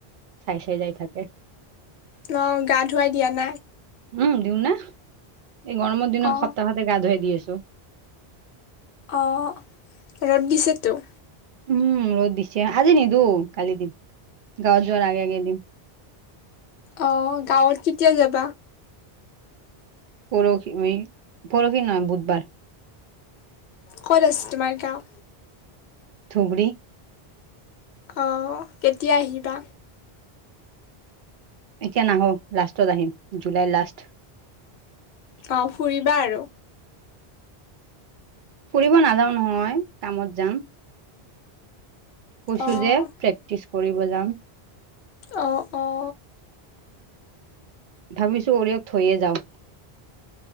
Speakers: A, on the right; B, on the left.
A: চাই চাই যাই থাকে।
B: ন গা ধুৱাই দিয়া নাই?
A: উম দিও না এই গৰমৰ দিনত
B: অ',
A: সপ্তাহতে গা ধুৱাই দি আছো।
B: অ ৰ'দ দিছেতো।
A: উম ৰ'দ দিছে আজি নিদু কালি দিম গাঁৱত যোৱাৰ আগে আগে দিম।
B: অ গাঁৱত কেতিয়া যাবা?
A: পৰহি মে পৰহি নহ বুধবাৰ।
B: ক'ত আছে তোমাৰ গাওঁ?
A: ধুবুৰী।
B: অ কেতিয়া আহিবা?
A: এতিয়া নাহো লাষ্টত আহিম জুলাই লাষ্ট
B: অ ফুৰিবা আৰু
A: ফুৰিব নাযাওঁ নহয় কামত যাম। কৈছো
B: অ',
A: যে প্ৰেক্টিচ কৰিব যাম।
B: অ অ
A: ভাবিছো অৰিয়ক থৈয়ে যাওঁ।